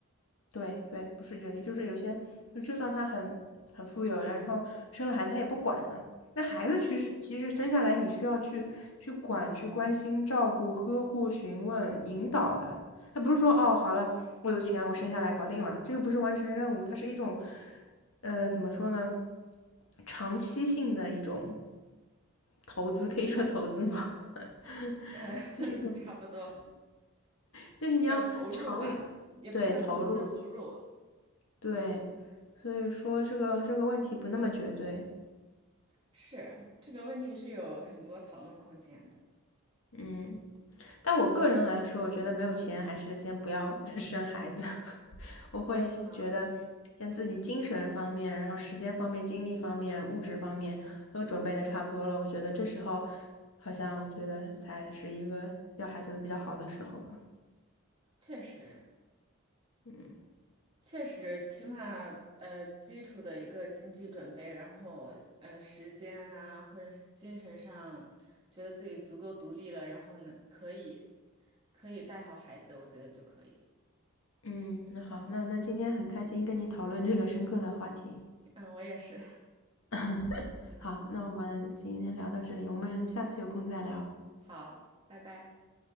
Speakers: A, on the left; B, on the right.
A: 对对，不是绝育，就是有些就就算他很很富有，然后生了孩子他也不管呢。那孩子其实其实生下来你需要去去管、
B: 嗯
A: 去关心、照顾、呵护、询问、引导的。他不是说哦，好了，我有钱，我生下来搞定了，这又不是完成任务，它是一种呃怎么说呢，长期性的一种投资，可以说投资吗？<laughs>
B: 嗯，<laughs>
A: 就是一种，
B: 差不多，
A: 就是你要长远
B: 一种投入吧，也不算投资，
A: 对投入，
B: 就投入。
A: 对，所以说这个这个问题不那么绝对，
B: 是，这个问题是有很多讨论空间的。
A: 嗯，但我个人来说，我觉得没有钱还是先不要 <laughs> 生孩子，<laughs> 我会是觉得像自己精神方面，
B: 嗯，
A: 然后时间方面、精力方面、物质方面都准备的差不多了，我觉得这时候好像我觉得才是一个要孩子比较好的时候吧，
B: 确实。
A: 嗯
B: 确实，起码呃基础的一个经济准备，然后呃时间啊或者是精神上，觉得自己足够独立了，然后呢可以可以带好孩子，我觉得就可以。
A: 嗯，那好，那那今天很开心跟你讨论这个深刻的话题，
B: 嗯，我也是。
A: <laughs>
B: 嗯，
A: 好，那我们今天聊到这里，我们下次有空再聊。
B: 好，拜拜。